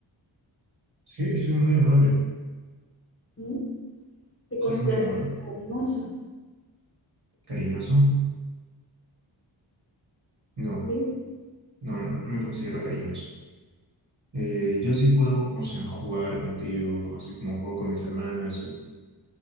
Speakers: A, on the right; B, on the left.
A: sí, soy muy amable,
B: ¿sí? Te consideras
A: soy muy amable.
B: cariñoso,
A: ¿Cariñoso? No,
B: ¿sí?
A: no, no, no me considero cariñoso. Eh, yo sí puedo, o sea, jugar contigo, así como juego con mis hermanas, o-